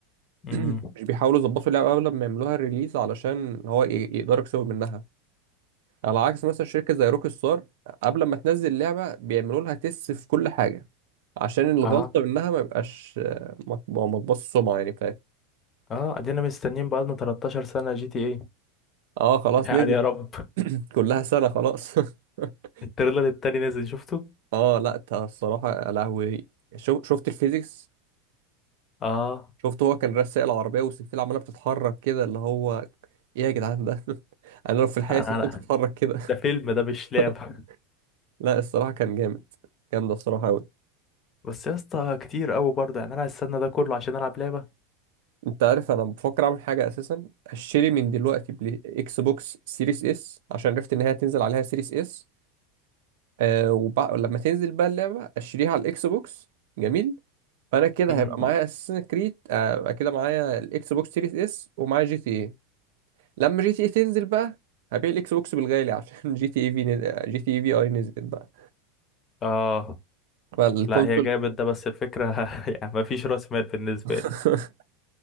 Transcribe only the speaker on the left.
مم.
اه
اه ادينا مستنيين بقالنا 13 سنة جي تي إيه.
يعني
يا رب
التريلر التاني نازل شفته
اه
انا
أنا-
ده فيلم ده مش لعبة
بس يا اسطى كتير قوي برضه يعني انا هستنى ده كله عشان العب لعبة
امم
اه
لا هي جامد ده بس الفكرة <laughs> يعني مفيش راس مال بالنسبة
لي